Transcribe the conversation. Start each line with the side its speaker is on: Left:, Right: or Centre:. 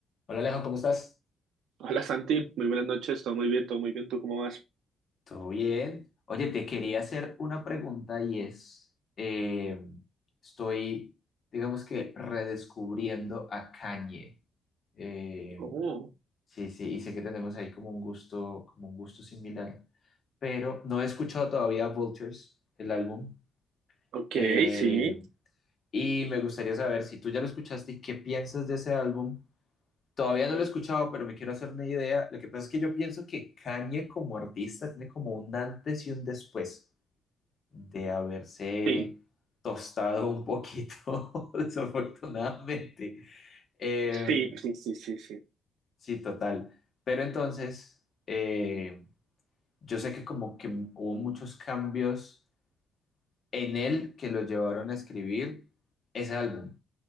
Left: Hola Alejo, ¿cómo estás?
Right: Hola Santi, muy buenas noches, todo muy bien, todo muy bien, ¿tú cómo vas?
Left: Todo bien. Oye, te quería hacer una pregunta y es, eh, estoy, digamos que, redescubriendo a Kanye. Eh,
Right: Oh,
Left: sí, sí, y sé que tenemos ahí como un gusto, como un gusto similar, pero no he escuchado todavía Vultures, el álbum,
Right: ok,
Left: Eh,
Right: sí,
Left: y me gustaría saber si tú ya lo escuchaste y qué piensas de ese álbum Todavía no lo he escuchado, pero me quiero hacer una idea. Lo que pasa es que yo pienso que Kanye como artista tiene como un antes y un después de haberse
Right: sí,
Left: tostado un poquito, <laughs> desafortunadamente. Eh,
Right: sí, sí, sí, sí, sí.
Left: sí, total. Pero entonces, eh, yo sé que como que hubo muchos cambios en él que lo llevaron a escribir ese álbum.